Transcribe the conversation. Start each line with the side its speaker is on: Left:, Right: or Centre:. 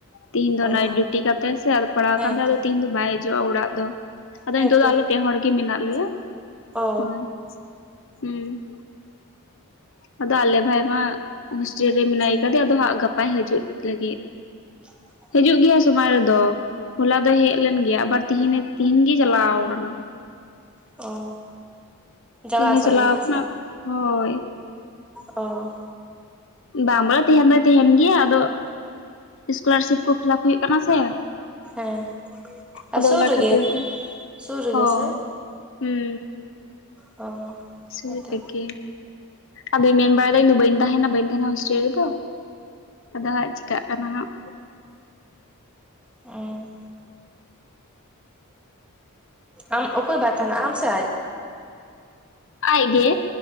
Left: ᱛᱤᱦᱤᱧ ᱫᱚ
Centre: ᱚ
Left: ᱱᱟᱭᱤᱴ ᱰᱤᱭᱩᱴᱤ ᱠᱟᱛᱮ ᱥᱮ ᱯᱟᱲᱟᱣ ᱟᱠᱟᱱ
Centre: ᱦᱮᱸᱛᱚ
Left: ᱛᱟᱭᱟ ᱛᱮᱦᱮᱧ ᱫᱚ ᱵᱟᱭ ᱦᱤᱡᱩᱜᱼᱟ ᱚᱲᱟᱜ ᱫᱚ ᱟᱫᱚ
Centre: ᱦᱮᱸᱛᱚ
Left: ᱱᱤᱛᱚᱜ ᱫᱚ ᱟᱞᱮ ᱯᱮ ᱦᱚᱲ ᱜᱮ ᱢᱮᱱᱟᱜ ᱞᱮᱭᱟ
Centre: ᱚ
Left: ᱦᱳᱭ ᱦᱩᱸ ᱟᱫᱚ ᱟᱞᱮ ᱵᱷᱟᱭ ᱢᱟ ᱦᱳᱥᱴᱮᱞ ᱨᱮ ᱢᱮᱱᱟᱭ ᱠᱟᱫᱮ ᱟᱫᱚ ᱦᱟᱸᱜ ᱜᱟᱯᱟᱭ ᱦᱤᱡᱩᱜ ᱞᱟᱹᱜᱤᱫ
Centre: <inaudible>
Left: ᱦᱤᱡᱩᱜ ᱜᱮᱭᱟ ᱥᱚᱢᱚᱭ ᱨᱮᱫᱚ ᱦᱚᱞᱟ ᱫᱚ ᱦᱮᱡ ᱞᱮᱱ ᱜᱮᱭᱟ ᱟᱵᱟᱨ ᱛᱤᱦᱤᱧ ᱛᱤᱦᱤᱧᱜᱮᱭ ᱪᱟᱞᱟᱣ ᱟᱠᱟᱱᱟ
Centre: ᱚ ᱡᱟᱣᱟ
Left: ᱛᱤᱦᱤᱧ
Centre: ᱟᱥᱟᱜ
Left: ᱮ ᱪᱟᱞᱟᱣ
Centre: ᱜᱮ ᱦᱮᱸ
Left: ᱠᱟᱱᱟ
Centre: ᱥᱮ
Left: ᱦᱳᱭ
Centre: ᱚ
Left: ᱵᱟᱝ ᱵᱚᱞᱮ ᱛᱟᱦᱮᱱ ᱫᱚᱭ ᱛᱟᱦᱮᱱ ᱜᱮᱭᱟ ᱟᱫᱚ ᱥᱠᱚᱞᱟᱨᱥᱤᱯ ᱠᱚ ᱯᱷᱤᱞᱟᱯ ᱦᱩᱭᱩᱜ ᱠᱟᱱᱟ ᱥᱮ
Centre: ᱦᱮᱸ ᱟᱨ
Left: ᱟᱫᱚ
Centre: ᱥᱩᱨ
Left: ᱚᱱᱟ
Centre: ᱨᱮᱜᱮ
Left: ᱠᱷᱟᱹᱛᱤᱨ ᱛᱮ
Centre: ᱥᱩᱨ ᱨᱮᱜᱮ
Left: ᱦᱳᱭ
Centre: ᱥᱮ
Left: ᱦᱩᱸ
Centre: ᱚ
Left: ᱥᱩᱨ
Centre: ᱦᱮᱸᱛᱚ
Left: ᱨᱮᱜᱮ ᱟᱫᱚᱭ ᱢᱮᱱ ᱵᱟᱲᱟᱭᱮᱫᱟ ᱤᱧᱫᱚ ᱵᱟᱹᱧ ᱛᱟᱦᱮᱱᱟ ᱵᱟᱹᱧ ᱛᱟᱦᱮᱱᱟ ᱦᱳᱥᱴᱮᱞ ᱨᱮᱫᱚ ᱟᱫᱚ ᱦᱟᱸᱜ ᱪᱤᱠᱟᱹᱜ ᱠᱟᱱᱟ ᱦᱟᱸᱜ
Centre: ᱦᱮ ᱟᱢ ᱚᱠᱚᱭ ᱵᱟᱭ ᱛᱟᱦᱮᱱᱟ ᱟᱢ ᱥᱮ ᱟᱡ
Left: ᱟᱡᱜᱮ